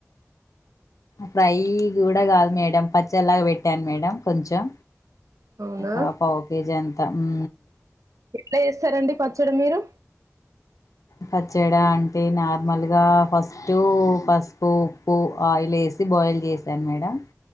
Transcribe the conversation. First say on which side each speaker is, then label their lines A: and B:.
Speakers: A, on the left; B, on the right.
A: ఫ్రై కూడా కాదు మేడం పచ్చలాగా పెట్టాను మేడం కొంచెం
B: అవునా
A: ఒక పావు కేజీ అని త హు
B: ఎట్లా చేస్తారండి పచ్చడి మీరు
A: పచ్చడి అంటే నార్మల్గా ఫస్ట్ పసుపు, ఉప్పు, ఆయిల్ వేసి బాయిల్ చేశాను మేడం